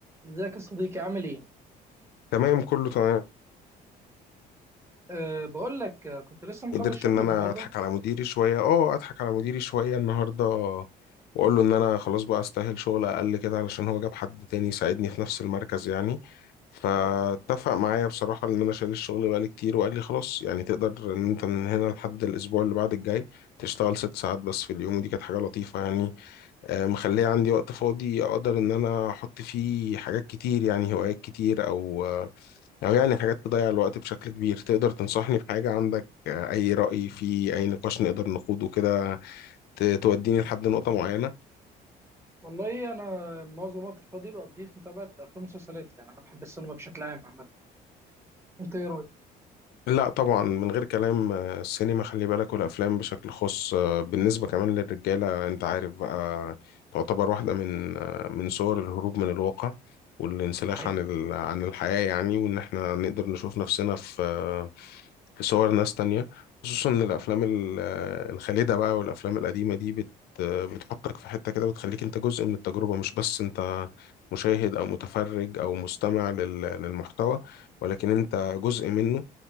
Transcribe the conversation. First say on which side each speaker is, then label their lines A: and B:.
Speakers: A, on the right; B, on the left.
A: ازيك يا صديقي عامل ايه؟
B: تمام كله تمام
A: أه بقول لك آه، كنت لسه مخلص
B: قدرت
A: شغل
B: ان انا
A: النهارده
B: اضحك على مديري شويه اه اضحك على مديري شويه النهارده واقول له ان انا خلاص بقى استاهل شغل اقل كده علشان هو جاب حد تاني يساعدني في نفس المركز يعني فاتفق
A: اه
B: معايا بصراحه ان انا شايل الشغل بقالي كتير وقال لي خلاص يعني تقدر ان انت من هنا لحد الاسبوع اللي بعد الجاي تشتغل ست ساعات بس في اليوم ودي كانت حاجه لطيفه يعني آه، مخليه عندي وقت فاضي اقدر ان انا احط فيه حاجات كتير يعني هوايات كتير او آه، او يعني حاجات تضيع الوقت بشكل كبير تقدر تنصحني بحاجة عندك آه، اي رأي في اي نقاش نقدر نخوضه كده ت- توديني لحد نقطة معينة
A: والله انا معظم وقت الفاضي بقضيه في متابعه افلام ومسلسلات يعني انا بحب السينما بشكل عام عامه انت ايه رايك؟
B: لا طبعا من غير كلام آه، السينما خلي بالك والافلام بشكل خاص آه، بالنسبة كمان للرجالة انت عارف بقى تعتبر واحدة من آه، من صور الهروب من الواقع والانسلاخ
A: حقيقي
B: عن ال- عن الحياة يعني وإن إحنا نقدر نشوف نفسنا في آه، في صور ناس تانية خصوصا ان الافلام ال- آه، الخالدة بقى والافلام القديمة دي بت بتحطك في حتة كده بتخليك انت جزء من التجربة مش بس انت مشاهد او متفرج او مستمع لل- للمحتوى ولكن انت جزء منه